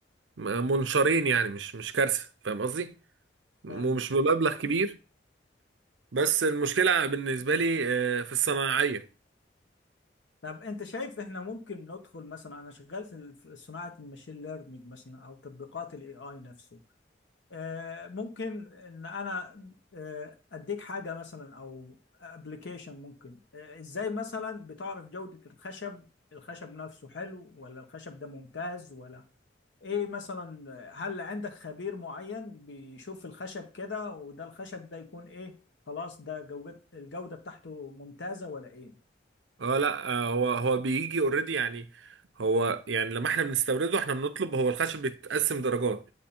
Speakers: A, on the right; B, on the left.
A: م- منشارين يعني مش مش كارثة فاهم قصدي ومش
B: فاهم
A: بمبلغ كبير بس المشكلة بالنسبة لي آه، في الصناعية
B: طب انت شايف احنا ممكن ندخل مثلا انا شغال في ال- في صناعه الماشين ليرنينج مثلا او تطبيقات الاي اي نفسه آه ممكن ان انا آه اديك حاجه مثلا او ابلكيشن ممكن آه ازاي مثلا بتعرف جوده الخشب الخشب نفسه حلو ولا الخشب ده ممتاز ولا ايه مثلا آه، هل عندك خبير معين بيشوف الخشب كده وده الخشب ده يكون ايه خلاص ده جودة الجوده بتاعته ممتازه ولا ايه
A: اه لا آه، هو هو بيجي اوريدي يعني هو يعني لما احنا بنستورده احنا بنطلب هو الخشب بيتقسم درجات